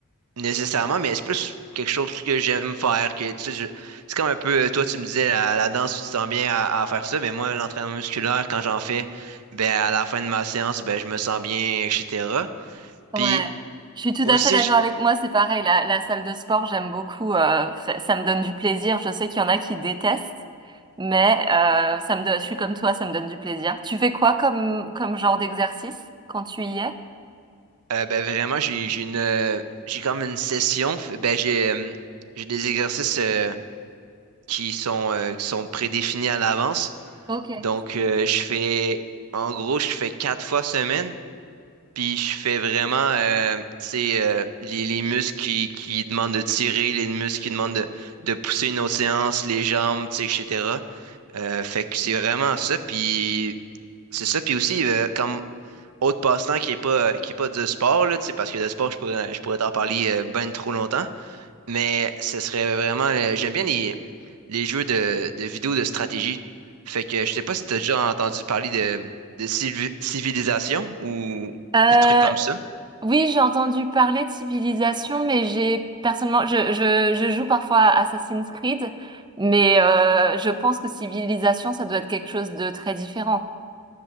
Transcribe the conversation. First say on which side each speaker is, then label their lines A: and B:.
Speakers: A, on the right (about 75°); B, on the right (about 20°).
A: nécessairement, mais c'est plus quelque chose que j'aime faire. Que, tu sais, je- c'est comme un peu, euh, toi, tu me disais, la, la danse, tu te sens bien à, à faire ça. Mais moi, l'entraînement musculaire, quand j'en fais, ben, à la fin de ma séance, ben, je me sens bien, etc.
B: ouais.
A: Puis
B: Je suis tout
A: aussi,
B: à fait d'accord
A: j'-
B: avec moi, c'est pareil, la, la salle de sport, j'aime beaucoup, euh, fa- ça me donne du plaisir. Je sais qu'il y en a qui détestent, mais euh, ça me donne, je suis comme toi, ça me donne du plaisir. Tu fais quoi comme, comme genre d'exercice quand tu y es?
A: euh, ben, vraiment, j'ai, j'ai une, euh, j'ai comme une session. F- Ben, j'ai, euh, j'ai des exercices euh, qui sont, euh, qui sont prédéfinis à l'avance.
B: Ok.
A: Donc, euh, je fais, en gros, je fais quatre fois semaine, puis je fais vraiment, euh, tu sais, euh, les, les muscles qui, qui demandent de tirer, les muscles qui demandent de, de pousser une autre séance, les jambes, tu sais, etc. Euh, fait que c'est vraiment ça, puis c'est ça, puis aussi, euh, comme autre passe-temps qui est pas, qui est pas du sport, là, tu sais, parce que le sport, je pourrais, je pourrais t'en parler euh, ben trop longtemps, mais ce serait vraiment. euh, J'aime bien les, les jeux de, de vidéos de stratégie. Fait que je sais pas si t'as déjà entendu parler de, de civi- civilisation ou
B: Ah.
A: des trucs comme ça.
B: Oui, j'ai entendu parler de civilisation, mais j'ai personnellement, je, je, je joue parfois à Assassin's Creed, mais euh, je pense que civilisation, ça doit être quelque chose de très différent.